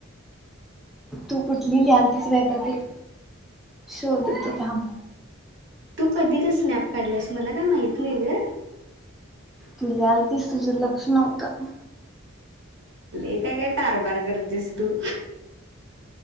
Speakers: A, in the centre; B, on the right (about 55°).
A: तू कुठली लिहानतीस मिहता ते शोधत काम
B: तू कधी ग स्नॅप काढलास मला काय माहित नाही ग
A: तू ल आल तस तुझं लक्ष नव्हतं
B: ल काय काय कारभार करतेस तू